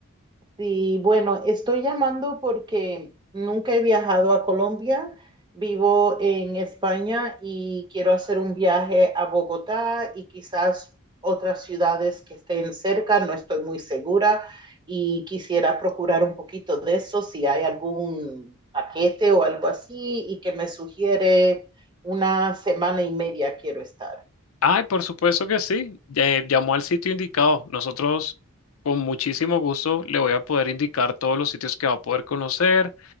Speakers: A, on the right (about 20°); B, on the left (about 75°).
A: Sí, bueno, estoy llamando porque nunca he viajado a Colombia, vivo en España y quiero hacer un viaje a Bogotá y quizás otras ciudades que estén cerca, no estoy muy segura y quisiera procurar un poquito de eso, si hay algún paquete o algo así y que me sugiere una semana y media quiero estar.
B: Ay, por supuesto que sí. Eh, llamó al sitio indicado. Nosotros, con muchísimo gusto, le voy a poder indicar todos los sitios que va a poder conocer,